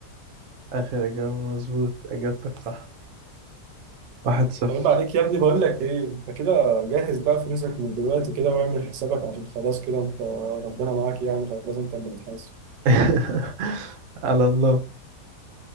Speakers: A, on the right (about 60°); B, on the right (about 85°).
A: آخر إجابة مظبوط إجابتك صح واحد صفر
B: طيب عليك يا ابني بقول لك ايه انت كده جهز بقى فلوسك من دلوقتي كده واعمل حسابك عشان خلاص كده انت ربنا معاك يعني خلاص انت اللي هتحاسب
A: <laughs> على الله